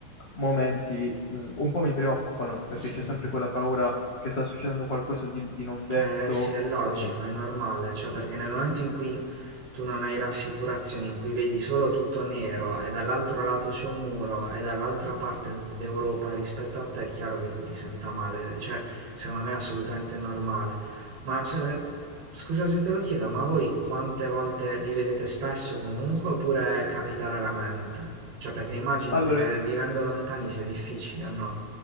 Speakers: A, on the left; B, on the right.
A: momenti, mhmm, un po' mi preoccupano, perché
B: sì.
A: c'è sempre quella paura che sta succedendo qualcosa di di non detto,
B: Eh sì, è logico,
A: ehm.
B: è normale, cioè perché nel momento in cui tu non hai rassicurazioni, in cui vedi solo tutto nero e dall'altro lato c'è un muro e dall'altra parte d- d'Europa rispetto a te, è chiaro che tu ti senta male, cioè secondo me è assolutamente normale. Ma se- scusa se te lo chiedo, ma voi quante volte vi vedete spesso comunque oppure capita raramente? Cioè perché immagino
A: Allora
B: che vivendo lontani sia difficile, o no?